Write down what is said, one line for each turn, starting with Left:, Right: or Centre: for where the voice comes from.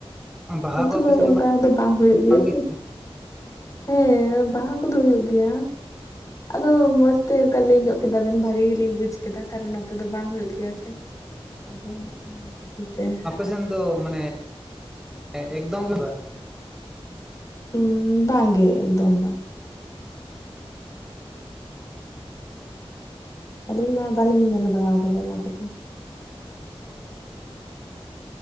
Centre: ᱵᱟᱦᱟ
Left: ᱱᱚᱛᱮ
Centre: ᱠᱚ ᱟᱯᱮ
Left: ᱫᱚ
Centre: ᱥᱮᱫ
Left: ᱚᱱᱠᱟ ᱠᱚᱫᱚ ᱵᱟᱝ ᱦᱩᱭᱩᱜ ᱜᱮᱭᱟ
Centre: ᱵᱟᱝ
Left: ᱛᱚ
Centre: ᱛᱮ
Left: ᱦᱮᱸ ᱵᱟᱦᱟ ᱠᱚᱫᱚ ᱦᱩᱭᱩᱜ ᱜᱮᱭᱟ ᱟᱫᱚ ᱢᱚᱸᱡᱽᱛᱮ ᱚᱱᱠᱟ ᱞᱟᱹᱭ ᱧᱚᱜ ᱠᱮᱫᱟ ᱵᱮᱱ ᱵᱷᱟᱜᱤ ᱜᱮᱞᱤᱧ ᱵᱩᱡᱽ ᱠᱮᱫᱟ ᱠᱟᱨᱚᱱ ᱱᱚᱛᱮ ᱫᱚ ᱵᱟᱝ ᱦᱩᱭᱩᱜ ᱜᱮᱭᱟ ᱥᱮ ᱟᱫᱚ ᱚᱱᱟ ᱠᱷᱟᱹᱛᱤᱨ ᱛᱮ
Centre: ᱟᱞᱮᱥᱮᱱ ᱫᱚ ᱢᱟᱱᱮ <inaudible> ᱮᱠᱫᱚᱢ ᱜᱮᱵᱟᱝ
Left: ᱩ ᱵᱟᱝ ᱜᱮ ᱮᱠᱫᱚᱢ ᱵᱟ ᱟᱹᱞᱤᱧ ᱢᱟ ᱵᱟᱹᱞᱤᱧ ᱢᱮᱱ ᱵᱟᱲᱟ ᱠᱟᱫᱟ ᱚᱱᱟ ᱠᱚᱫᱚ
Centre: ᱚ